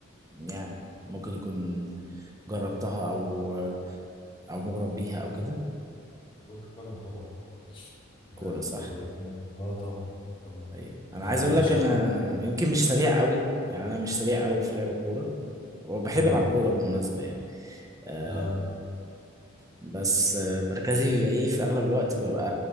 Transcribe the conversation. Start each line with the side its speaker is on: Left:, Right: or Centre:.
Right: يعني ممكن يكون جربتها او آه، او مغرم بيها او كده
Left: كرة القدم طبعا يعني
Right: كورة صح
Left: كرة القدم اه طبعا طبعا
Right: ايه انا
Left: ما
Right: عايز
Left: انا
Right: اقول
Left: بشجع
Right: لك انا يمكن مش سريع قوي يعني انا مش سريع قوي في لعب الكورة وبحب
Left: امم
Right: العب كورة بالمناسبة يعني آه،
Left: اه
Right: بس آه، مركزي بيبقى ايه في اغلب الوقت ببقى